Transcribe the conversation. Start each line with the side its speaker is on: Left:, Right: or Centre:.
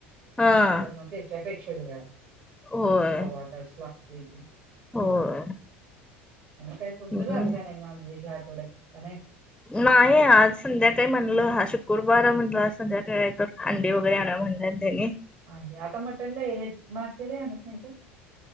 Centre: हा
Right: तर मग त्याच्यापेक्षा वेळ लागतेय
Centre: होय
Right: सव्वा तास लागतोय.
Centre: होय.
Right: काय तुमचं
Centre: हम्म
Right: झालं का नाही नॉनव्हेज या आठवड्यात का नाही.
Centre: नाही आज संध्याकाळी म्हणलं हा शुक्रवार म्हटलं संध्याकाळी. तर अंडी वगैरे आणा म्हणल्यात त्यांनी.
Right: अंडी आता मटन नाही होय मासे आनत नाही काय.